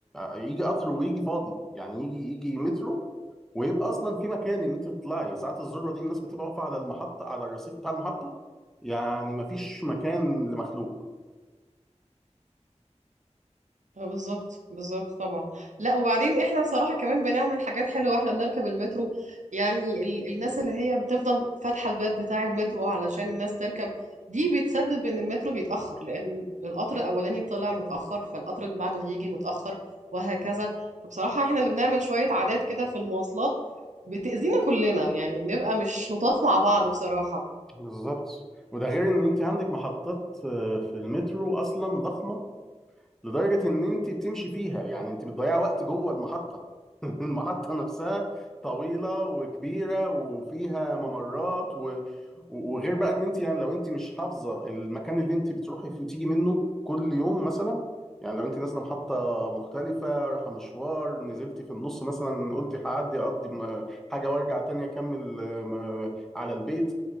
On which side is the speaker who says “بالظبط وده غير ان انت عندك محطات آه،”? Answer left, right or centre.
Centre